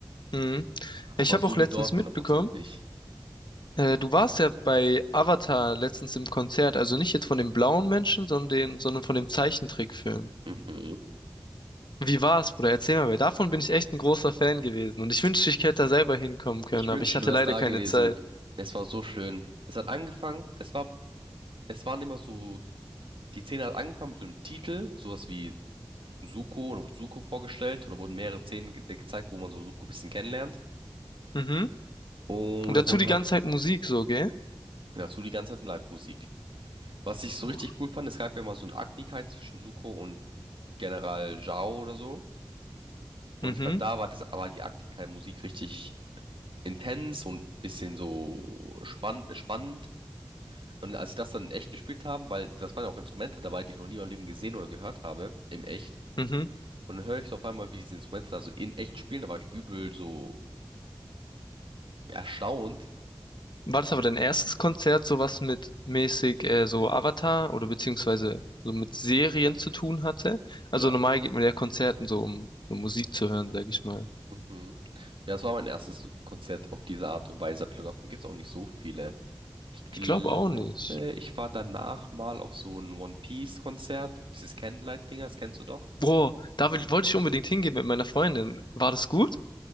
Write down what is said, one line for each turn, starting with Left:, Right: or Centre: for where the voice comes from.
Left: Mhm.
Right: Aber
Left: Ich habe
Right: so
Left: auch letztens
Right: wie dort 100%
Left: mitbekommen,
Right: nicht.
Left: Äh, du warst ja bei Avatar letztens im Konzert, also nicht jetzt von dem blauen Menschen, sondern, den, sondern von dem Zeichentrickfilm.
Right: Mhm.
Left: Wie war's, Bruder? Erzähl mal, weil davon bin ich echt ein großer Fan gewesen. Und ich wünschte, ich hätte da selber hinkommen können,
Right: Ich
Left: aber
Right: wünschte,
Left: ich hatte
Right: du wärst
Left: leider
Right: da
Left: keine
Right: gewesen.
Left: Zeit.
Right: Es war so schön. Es hat angefangen, es war, es waren immer so, die Szene hat angefangen mit so einem Titel, sowas wie Suko, da wurde Suko vorgestellt und da wurden mehrere Szenen ge äh, gezeigt, wo man so Suko ein bisschen kennenlernt.
Left: Mhm.
Right: Und
Left: Und
Right: da
Left: dazu
Right: wurden
Left: die
Right: halt
Left: ganze Zeit Musik so, gell?
Right: dazu die ganze Zeit Live-Musik. Was ich so
Left: Boah.
Right: richtig cool fand, es gab ja mal so eine Agnigkeit zwischen Suko und General Zhao oder so. Und
Left: Mhm.
Right: ich fand, da war das, war die Agnigkeit-Musik richtig intens und bisschen so spann äh, spannend. Und als ich das dann in echt gespielt haben, weil das waren ja auch Instrumente dabei, die ich noch nie in meinem Leben gesehen oder gehört habe, im echt.
Left: Mhm.
Right: Und dann höre ich so auf einmal, wie diese Instrumente da so in echt spielen, da war ich übel so erstaunt.
Left: War das aber dein erstes Konzert, so was mit mäßig äh, so Avatar oder beziehungsweise so mit Serien zu tun hatte? Also
Right: Ja,
Left: normal geht man ja Konzerten so, um so Musik zu hören, sag ich mal.
Right: Mhm. Ja, das war mein erstes Konzert auf diese Art und Weise. Aber davon gibt es auch nicht so viele. Ich glaube,
Left: Ich glaube auch nicht.
Right: ich war danach mal auf so ein One Piece-Konzert, dieses Candlelight-Ding, das kennst du doch.
Left: Boah, da will, wollte ich unbedingt hingehen mit meiner Freundin. War das gut?